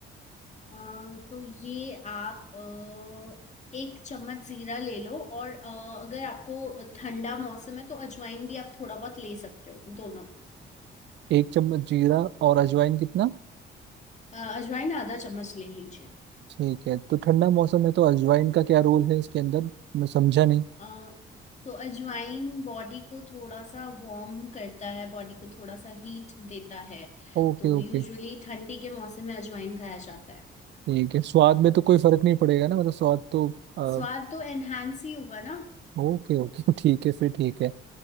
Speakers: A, on the left; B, on the right.
A: अ, तो ये आप अ, एक चम्मच जीरा ले लो और अ, अगर आपको ठंडा मौसम है तो अजवाइन भी आप थोड़ा बहुत ले सकते हो दोनों
B: एक चम्मच जीरा और अजवाइन कितना
A: अ, अजवाइन आधा चम्मच ले लीजिए
B: ठीक है तो ठंडा मौसम है तो अजवाइन का क्या रोल है इसके अंदर मैं समझा नहीं
A: अ, तो अजवाइन बॉडी को थोड़ा सा वार्म करता है बॉडी को थोड़ा सा हीट देता है
B: Okay
A: तो
B: okay
A: यूजुअली ठंडी के मौसम में अजवाइन खाया जाता है
B: ठीक है स्वाद में तो कोई फर्क नहीं पड़ेगा ना मतलब स्वाद तो आ,
A: स्वाद तो एनहांस ही होगा ना
B: ओके ओके <laughs> ठीक है फिर ठीक है